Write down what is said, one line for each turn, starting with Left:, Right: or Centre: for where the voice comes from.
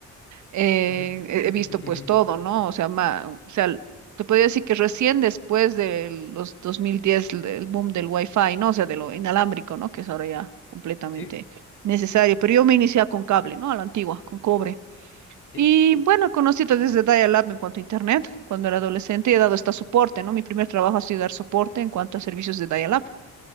Right: eh,
Left: ujú.
Right: he he visto
Left: <laughs>
Right: pues todo, ¿no? O sea, ma- o sea, te podría decir que recién después de los 2010, el el boom del Wi-Fi, ¿no? O sea, de lo inalámbrico, ¿no? Que es ahora ya completamente
Left: Sí,
Right: necesario. Pero yo me inicié con cable, ¿no? A la antigua, con cobre.
Left: sí,
Right: Y bueno, conocí desde Dial-Up en cuanto a Internet, cuando era adolescente, y he dado hasta soporte, ¿no? Mi primer trabajo ha sido dar soporte en cuanto a servicios de Dial-Up.